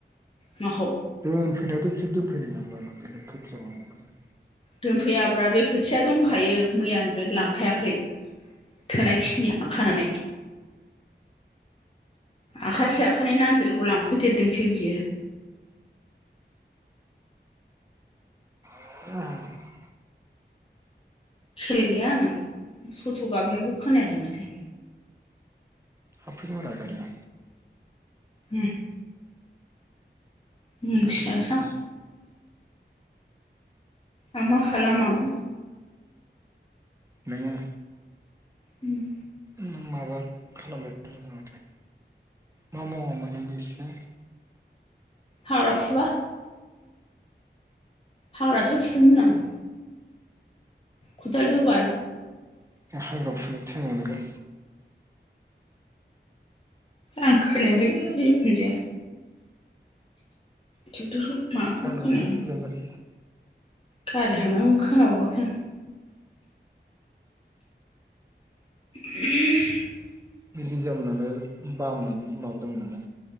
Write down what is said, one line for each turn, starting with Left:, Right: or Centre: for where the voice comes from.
Left: माखौ
Right: दोनफैनायाथ' बिसोर दोनफैनाय नंला दां बे खोथिया माबाखो।
Left: दोनफैयाब्रा बे खोथिया दंखायो मैयानिफ्रायनो लांखायाखै। थोनायखिनिखो खानानै आखाायसे आखायनि नांदेरगौ लांफैदेरदोंसो बियो
Right: <unintelligible> <inaudible>
Left: खेल गैया आङो थथ' गाबनायबो खोनायाखै माथो
Right: हाबफैदों रा गारिया।
Left: ए। मिथियासां
Right: गारि हाबफैदों
Left: आं मा खालामामोन
Right: नोङो।
Left: उम
Right: नों माबा खालामबाय नाङाथाय मा मावामोन नों बेसोर
Left: हाग्रा फुबा हाग्रासो फुदोंमोन आं। खदाल दोबा नों।
Right: बे हाग्राायाव फुनाय टाइमाव नोगोर
Left: आं खोनायाखै जिखुन जाया ट्रेक्टरखौ माबाखौ
Right: हाग्राखौनो
Left: खोनायाखै
Right: फुदोंमोन
Left: गारि हाबनाय खौनो खोनाबावाखै आं। <unintelligible> <inaudible>
Right: लिजाम मोननानै बामनानै माबादोंमोन दा